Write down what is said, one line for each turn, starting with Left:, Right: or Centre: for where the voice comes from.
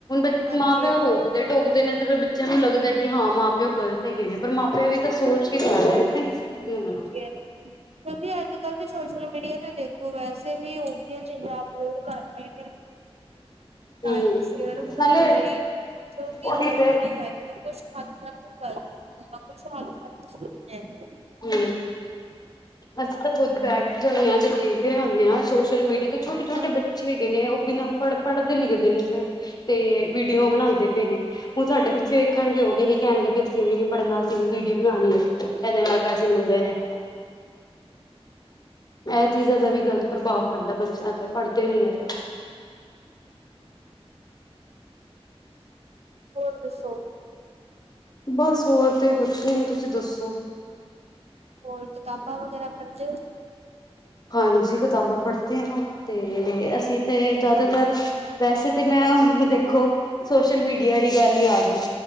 Left: ਸਬ
Right: ਹਾਂਜੀ-ਹਾਂਜੀ।
Left: ਮਾਂ ਪਿਉ ਈ, ਰੋਕਦੇ ਟੋਕਦੇ ਨੇ, ਤੇ ਫੇਰ ਔ ਬਚਿਆਂ ਨੂੰ ਲੱਗਦਾ ਕਿ ਹਾਂ ਮਾਂ, ਪਿਓ ਗਲਤ ਹੈਗੇ ਨੇ, ਪਰ ਮਾਂ ਪਿਓ ਵੀ ਕੱਛ ਸੋਚ ਕੇ ਕਰ ਰੇਨੇ ਸਬ! ਨੀ ਮਣਾ
Right: ਕੀ ਐ ਕਿਉਂਕਿ, ਅੱਜ-ਕੱਲ ਦੇ ਸੋਸ਼ਲ ਮੀਡੀਆ ਤੇ, ਦੇਖੋ ਵੈਸੇ ਵੀ ਉਹ ਜੀਆ ਚੀਜ਼ਾਂ ਅਪਲੋਡ ਕਰ ਰਹੇ ਤਾ
Left: ਹੂੰ
Right: ਇਕ ਸ਼ੇਅਰ ਵਧਾਓਣ
Left: ਨਾਲੇ
Right: ਲਈ, ਜੋ ਕਿ
Left: ਉਹੀ
Right: ਗ਼ਲਤ
Left: ਤੇ
Right: ਨਈ ਹੈ ਨ ਕੁਛ ਹੱਦ ਤਕ ਔ ਗਲਤ, ਨਾ ਕੁਛ ਹੱਦ ਤਕ ਔ ਸਹੀ ਐ ਹੈ।
Left: ਹੂ, ਅਸੀਂ ਤਾਂ ਖੁੱਦ ਬੈਠੇ ਹੋਏ ਆ, ਤੇ ਦੇਖ ਰਹੇ ਹੁੰਨੇ ਯਾ ਸੋਸ਼ਲ ਮੀਡੀਯਾ ਉ ਛੋਟੇ
Right: ਹੈ।
Left: ਛੋਟੇ ਬੱਚੇ ਹੈਗੇ ਨੇ, ਉ ਬਿਨਾਂ ਪੜ ਪੜਦੇ -ਲਿਖਦੇ ਨੀ ਪਏ ਤੇ! ਵੀਡੀਓ ਬਣਾਉਂਦੇ ਪਏ ਨੇ! ਹੁਣ ਸਾਡੇ ਬੱਚੇ ਵੇਖਣਗੇ, ਔਹ ਵੀ ਏਹੀ ਕੈਣਗੇ ਵੀ ਅਸੀਂ ਵੀ ਨੀ ਪੜ੍ਹਨਾ, ਅਸੀਂ ਵੀ ਵੀਡੀਓ ਬਣਾਉਣੀ ਹੈ ਏਦੇ ਨਾਲ ਪੈਸੇ ਮਿਲਦੇ ਨੇ ਐ ਚੀਜ਼ਾਂ ਦਾ ਵੀ ਗ਼ਲਤ ਪ੍ਰਬਾਵ ਪੈਂਦੈ ਬੱਚੇਯਾਂ ਤੇ, ਪੜਦੇ ਨੀ ਏ ਫੇਰ
Right: ਹੋਰ ਦੱਸੋ
Left: ਬਸ ਹੋਰ ਤੇ ਕੁਛ ਨਈ, ਤੁਸੀ ਦੱਸੋ?
Right: ਹੋਰ, ਕਿਤਾਬਾਂ ਵਗੈਰਾ ਪੜਦੇ ਓ?
Left: ਹਾਂਜੀ, ਕਿਤਾਬਾਂ ਪੜਦੇ ਹਾਂ, ਤੇ ਅਸੀ ਤੇ ਜਯਾਦਾਤਰ ਵੈਸੇ ਤੇ ਮੈਂ ਹੁਣ ਦੇਖੋ, ਸੋਸ਼ਲ ਮੀਡੀਆ ਆਲੀ ਗਾੱਲ ਈ ਆ ਗੀ।